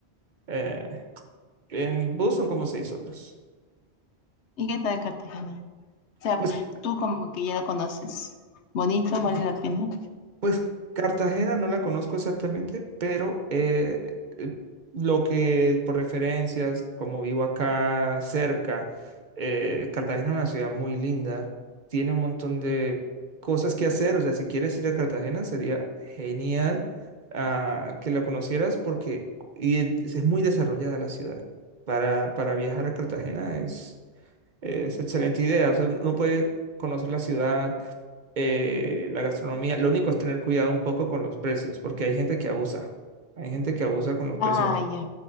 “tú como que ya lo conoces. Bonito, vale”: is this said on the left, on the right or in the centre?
Left